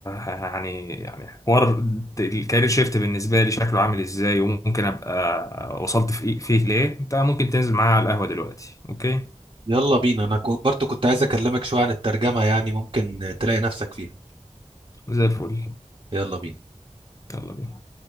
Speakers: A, on the left; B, on the right.
A: يعني يعني حوار الكارير شيفت بالنسبة لي شكله عامل إزاي وممكن أبقى وصلت في إيه- فيه ليه أنت ممكن تنزل معايا على القهوة دلوقتي أوكي
B: يلا بينا انا كو- برضو كنت عايز اكلمك شوية عن الترجمة يعني ممكن تلاقي نفسك فيها
A: زي الفل
B: يلا بينا
A: يلا بينا